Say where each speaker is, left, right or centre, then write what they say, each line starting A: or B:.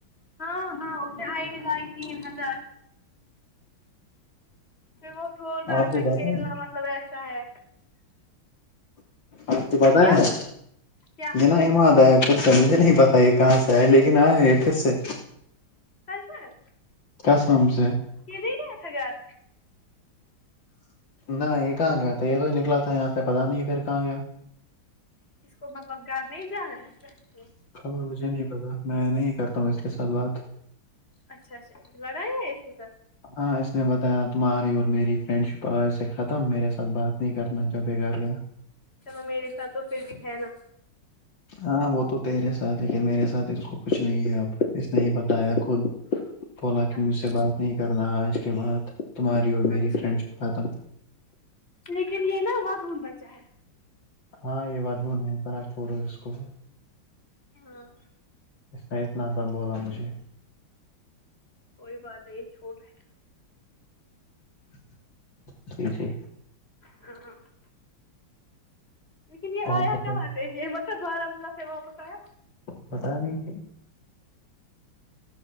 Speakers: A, on the left (about 30°); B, on the left (about 65°).
A: ہاں ہاں اے آئے ڈ گائی تین ہزار وہ بول رہا
B: آپ
A: تھا
B: کو
A: کھیلنا
B: پتا ہے
A: مطلب ایسا ہے
B: آپ کو پتاہ
A: کیا
B: ہے
A: کیا
B: یہ نا ایمادب پھر سے مجھے نہیں پتا یہ کہاں سے آئے لیکن آئے ہو پھر سے
A: کس میں
B: قسم سے
A: یہ د گ تھا گار
B: نہ یہ کہاں گیا تھا یہ تو نکلا تھا یہاں سے پتا نہیں پھر کہاں گیا
A: اس کو مطلب گھر نہیں جانا ہے
B: خبر مجھے نہیں پتا میں نہیں کرتا ہوں اس کے ساتھ بات
A: اچھا اچھا لڑائی ہے اس کے ساتھ
B: ہاں اس نے بتایا تمہاری اور میری فرینڈ شپ آج سے ختم میرے ساتھ بات نہیں کرنا چاہ بے گار گ
A: چ میرے ساتھ تو پھر بھی ہے نا
B: ہاں وہ تو تیرے ساتھ لیکن میرے ساتھ اس کو کچھ نہیں ہے اب اس نے ہی بتایا خود بولا کہ
A: اچھا
B: مجھ سے بات نہیں کرنا آج کے بعد تمہاری اور میری
A: اچھا
B: فرینڈ شپ ختم
A: لیکن یہ نا وہ دھون بچا ہے
B: ہاں یہ ود وہ نہیں را چھوڑو اس کو بھی
A: ہاں
B: اس نے اتنا سا بولا مجھے
A: کوئی بات ہے یہ چھوٹ ہے
B: جٹی جی
A: <unintelligible> لیکن یہ
B: اور
A: آیا
B: بتا
A: کہاں تھ یہ مطلب بارامولہ سے واپس آیا
B: پتا نہیں